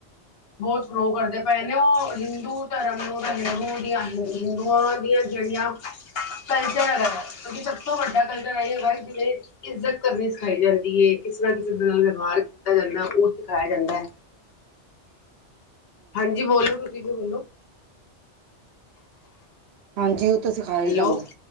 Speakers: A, on the left (about 60°); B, on the right (about 70°).
A: ਬਹੁਤ ਸ਼ੋ ਕਰਦੇ ਪਏ ਨੇ, ਉਹ ਹਿੰਦੂ ਧਰਮ ਨੂੰ ਤੇ ਹਿੰਦੂ ਦੀਆਂ ਨੀਤੀ ਗਵਾਂ ਦੀਆਂ ਜਿਹੜੀਆ ਕਲਚਰ ਹੈਗਾ ਕਿਉਂਕਿ ਸਭ ਤੋਂ ਵੱਡਾ ਕਲਚਰ ਐਹੀ ਹੈਗਾ ਜਿਵੇਂ ਇੱਜ਼ਤ ਕਰਨੀ ਸਿਖਾਈ ਜਾਂਦੀ ਹੈ। ਕਿਸੇ ਨਾ ਕਿਸੇ ਦੇ ਨਾਲ ਵਿਵਹਾਰ ਕੀਤਾ ਜਾਂਦਾ ਉਹ ਸਿਖਾਇਆ ਜਾਂਦਾ ਹੈ। ਹਾਂਜੀ ਬੋਲੋ ਤੁਸੀਂ ਵੀ ਬੋਲੋ
B: ਹਾਂਜੀ ਉਹ ਤੋਂ ਸਿਖਾਇਆ ਹੀ
A: ਹੈਲੋ
B: ਜਾਂਦਾ